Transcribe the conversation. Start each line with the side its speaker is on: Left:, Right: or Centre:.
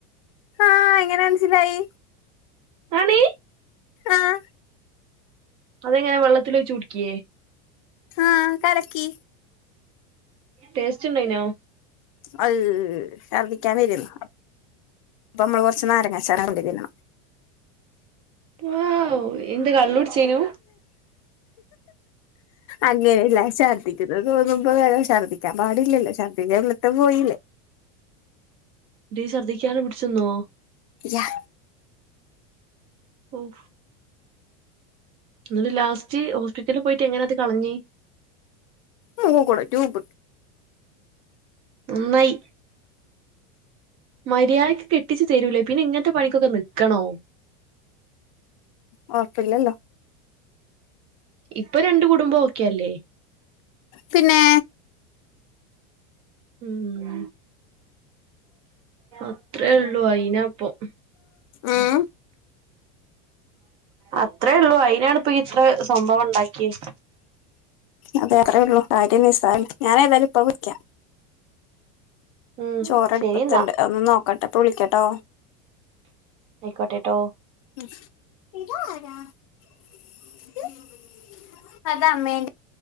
Left: ആഹ് എങ്ങനെ മനസ്സിലായി
Right: അണ്
Left: ആഹ്
Right: അതെങ്ങനെ വെള്ളത്തിൽ ഒഴിച്ച് കുടിക്കിയേ
Left: ആ കലക്കി
Right: ടെസ്റ്റ്‌ ഉണ്ടായിനോ
Left: അയ് ഛർദ്ദിക്കാൻ വരുന്നു അപ്പൊ നമ്മൾ കൊറച്ച് നാരങ്ങ അച്ചർ കൊണ്ടേയിടണം
Right: വൗ എന്ത് കള്ളോടിച്ചേനു
Left: അങ്ങനെയല്ല ഛർദ്ദിക്കുന്നത് തോന്നുമ്പോ വേറെ ഛർദ്ദിക്കാൻ പാടില്ലല്ലോ ഛർദ്ദിക്ക ഇവിളത്തെ പോയില്ലേ
Right: ടി ഛർദ്ദിക്കാതെ പിടിച്ചന്നോ
Left: യാ
Right: ഉം എന്നിട് ലാസ്റ്റ് ഹോസ്പിറ്റലിൽ പോയിട്ട് എങ്ങനെ അത് കളഞ്ഞ്
Left: മുക്കി കൂടെ ട്യൂബ
Right: നന്നായി മര്യാദക്ക് കെട്ടിച്ച് തരൂലേ പിന്നെ ഇങ്ങനത്തെ പണിക്കൊക്കെ നിൽക്കണോ
Left: ഉറപ്പില്ലലോ
Right: ഇപ്പൊ രണ്ട് കുടുംബം ഓക്കേഅല്ലേ
Left: പിന്നെ
Right: ഉ അത്രേ ഉള്ളൂ അയിനപ്പം
Left: ഉം
Right: അത്രയേ ഉള്ളു അയിനാണ്പ്പ ഇത്ര സംഭവ ഉണ്ടാക്കിയെ
Left: അത അത്രേ ഉള്ളൂ കാര്യം നിസ്സാര ഞൻ ഏതായാലും ഇപ്പ വിളികാം
Right: ഉം
Left: ചോറ് അടുപ്പത്തുണ്ട്
Right: ശരി എന്നാ
Left: ഒന്ന് നോക്കട്ടെപ്പ വിളിക്കട്ടോ
Right: ആയിക്കോട്ടെ ട്ടോ
Left: <unintelligible>